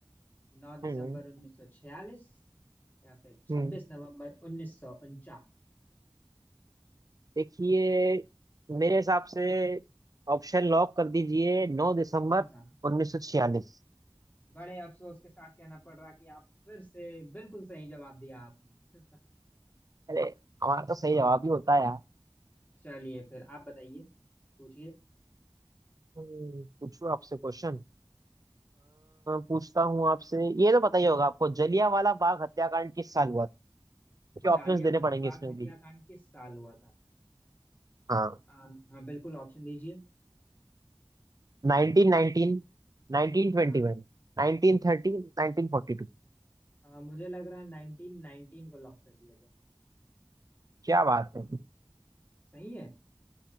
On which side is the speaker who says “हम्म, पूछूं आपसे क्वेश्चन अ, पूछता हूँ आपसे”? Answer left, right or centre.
Right